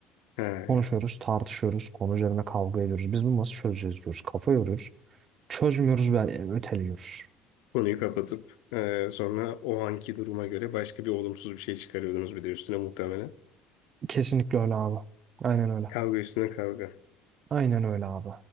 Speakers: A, on the left (about 80°); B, on the right (about 45°).
A: He.
B: Konuşuyoruz, tartışıyoruz, konu üzerine kavga ediyoruz. Biz bunu nasıl çözeceğiz diyoruz. Kafa yoruyoruz. Çözmüyoruz ve e, öteliyoruz.
A: Konuyu kapatıp e, sonra o anki duruma göre başka bir olumsuz bir şey çıkarıyordunuz bir de üstüne muhtemelen.
B: Kesinlikle öyle abi. Aynen öyle.
A: Kavga üstüne kavga.
B: Aynen öyle abi.